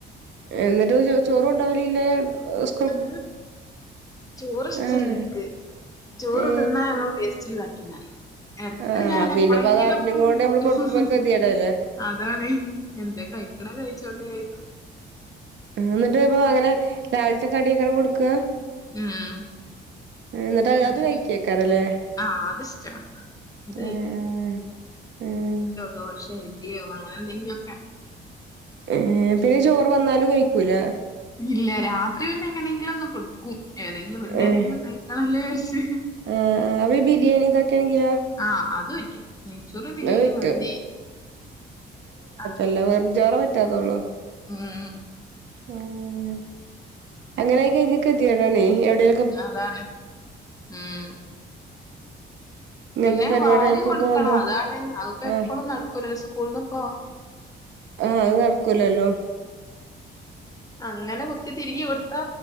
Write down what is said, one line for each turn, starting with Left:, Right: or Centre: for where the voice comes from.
Right: എന്നിട്ട് ചോ ചോറു കൊണ്ടോവലില്ലേ സ്‌
Left: ഉം ചോറ് ഇഷ്ടില്ല
Right: ആഹ്
Left: ഓര്ക്ക് ചോറ്
Right: ഏ
Left: തിന്നാ ഞങ്ങള് വേ സ്റ്റില് തട്ടൂന്നറയും എടക്ക്
Right: ആഹ്
Left: ഞാൻ
Right: പിന്നെപ്പ
Left: എപ്പളെങ്കിലൊക്കെ
Right: അത് അറിഞ്ഞുകൊണ്ട്
Left: ഒന്ന്
Right: നമ്മള് കൊടുക്കുമ്പോ ഒരു ഗതികേടല്ലേ
Left: അതാണ് എന്തേം കഴിക്കണ കഴിച്ചോട്ടേ വിചാര്ക്കും
Right: എന്നിട്ട് ഇപ്പൊ അങ്ങനെ രാവിലത്തെ കടിയൊക്കാണ് കൊടുക്ക
Left: ഉം
Right: എന്നിട്ട് അത്
Left: എന്തെങ്കിലും
Right: അത് കഴിക്കേക്കാരല്ലേ
Left: ആഹ് അതിഷ്ടാ അത്
Right: <unintelligible> ഏഹ്
Left: ദോശെ ഇഡലിയോ അങ്ങനെ എന്തെങ്കിലൊക്കെ.
Right: ഏഹ് പിന്നെ ചോറ് വന്നാലും കഴിക്കൂലെ.
Left: ഇല്ല രാത്രി പിന്നെ എങ്ങനെങ്കിലും ഒന്ന് കൊടുക്കും ഏതെങ്കിലും ഒരു നേരെങ്കിലും
Right: ഏഹ്
Left: കഴ്‌ ക്കണല്ലോയാരിച്ചു
Right: ആഹ് ആഹ് അപ്പൊ ഈ ബിരിയാണിതൊക്കണെങ്കിലോ.
Left: ആഹ്, അത് പറ്റും നെയ്ച്ചോറ്, ബിരിയാണി,
Right: പറ്റും
Left: മന്തി ആഹ്
Right: ല്ല. വെറുംചോറാ റ്റാത്തോള്ളൂ.
Left: ഉം ഉം
Right: ഉം അങ്ങനെയി കഴിഞ്ഞ കെതിയേട് ആണേയ് എവിടേം
Left: അതാണ്, ഉം.
Right: ഇങ്ങനത്തെ
Left: പിന്നെ
Right: പരിപാടികളൊക്കെ
Left: വാരി കൊടുക്കണം
Right: പോകുമ്പോ
Left: അതാണ് അതിപ്പോ
Right: ആഹ്
Left: എപ്പളും നടക്കൂല സ്കൂൾന്ന് പ്പൊ
Right: ഏഹ്, അത് നടക്കൂലല്ലോ.
Left: അങ്ങനെ കുത്തി തിരികി കൊടുത്താ